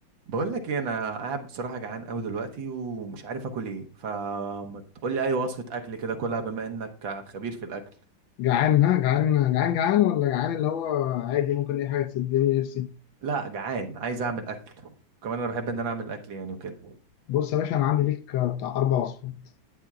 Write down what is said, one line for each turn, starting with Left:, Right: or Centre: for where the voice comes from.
Right: بقول لك ايه انا قاعد بصراحه جعان قوي دلوقتي ومش عارف اكل ايه فما تقول لي اي وصفه اكل كده كلها بما انك خبير في الاكل
Left: جعان ها جعان جعان جعان ولا جعان اللي هو عادي ممكن اي حاجه تسدني نفسي
Right: لا جعان عايز اعمل اكل وكمان انا بحب ان انا اعمل اكل يعني وكده
Left: بص يا باشا انا عندي ليك بتاع اربع وصفات